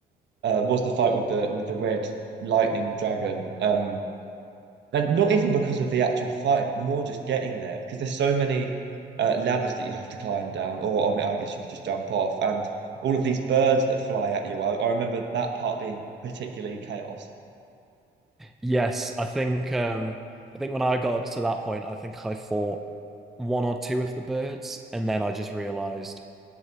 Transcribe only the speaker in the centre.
Yes, I think um, I think when I got to that point, I think I fought one or two of the birds, and then I just realized